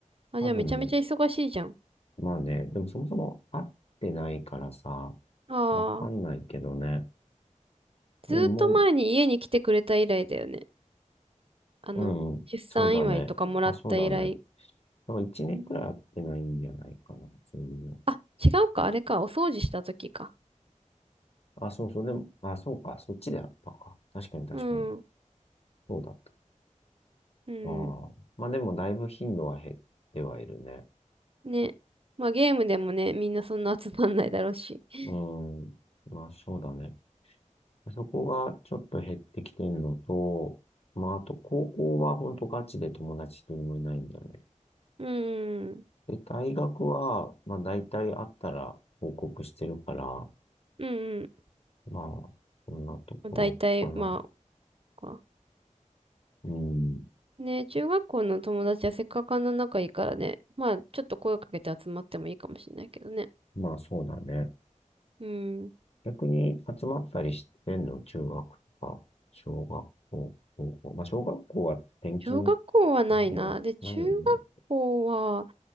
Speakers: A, on the right; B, on the left.
A: あ、
B: 多分ね、
A: じゃあめちゃめちゃ忙しいじゃん。
B: まあね、でもそもそも会ってないからさ、
A: ああ、
B: わかんないけどね。
A: ずーっと前に家に来てくれた以来だよね。
B: でも、
A: あの、
B: うん、
A: 出産祝いとかもらった以来。
B: そうだね。あ、そうだね。だから一年くらい会ってないんじゃないかな、そういうの。
A: あ、違うか、あれか、お掃除した時か。
B: あ、そうそう、でも、あ、そうか、そっちであったか。確かに確かに。
A: うん。
B: そうだった。
A: うん。
B: ああ。まあでも、だいぶ頻度は減ってはいるね。
A: ね。まあゲームでもね、みんなそんな集まんないだろうし。<laughs>
B: うん。まあそうだね。そこがちょっと減ってきてるのと、まああと高校は本当ガチで友達一人もいないんだよね
A: うん。
B: で、大学は、まあ大体あったら報告してるから、
A: うん
B: まあ、そんなところかな。
A: うん。だいたい、まあ、か
B: うん。
A: ね、中学校の友達はせっかくあんな仲いいからね。まあ、ちょっと声をかけて集まってもいいかもしれないけどね。
B: まあそうだね。
A: うん。
B: 逆に集まったりしてんの中学とか、小学校、高校。まあ小学校は転勤、
A: 小学校はないな。
B: ね、
A: で、中学校は、
B: ないよね。